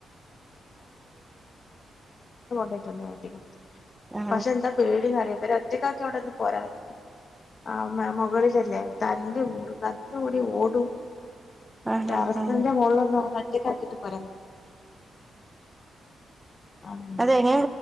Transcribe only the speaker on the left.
പെട്ടെന്ന് അകത്തേക്ക്
പക്ഷെ എന്ത പേടിന്നറിയൊ ഇരെ ഒറ്റക്കാക്കി അവിടെന്ന് പോരാൻ പറ്റില്ല. ആ മ് മുകളിലല്ലേ തല്ല് കൂടും തല്ല് കൂട് ഏ ഓടും
ടെറസിന്റെ
മോളൊന്നുങ്ങനെ കേക്കാക്കീട്ട് പറ ആഹ്